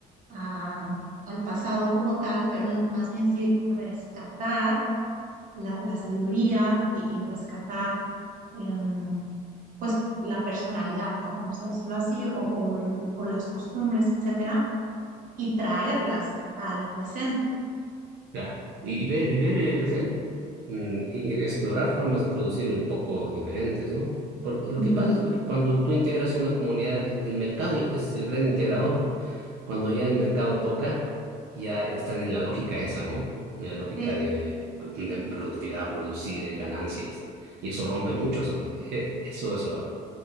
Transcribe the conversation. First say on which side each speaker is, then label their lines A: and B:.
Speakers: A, on the right; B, on the right.
A: a- al pasado como tal, pero más bien sí rescatar la, la sabiduría y, y rescatar em, pues la personalidad, ¿no? Vamos a decirlo así, o, o o las costumbres, etcétera y traerlas al presente.
B: Claro. Y, y ver, y ver, eh, o sea, mm, y explorar formas de producir un poco diferentes, ¿no? Porque lo
A: Ujú.
B: que pasa es que cuando tú integras una comunidad, el mercado es el gran integrador. Cuando ya el mercado toca, ya están en la lógica esa, ¿no? En la lógica
A: Sí,
B: de, de productividad, producir eh, ganancias. Y eso rompe mucho, eso, eh, eso es lo,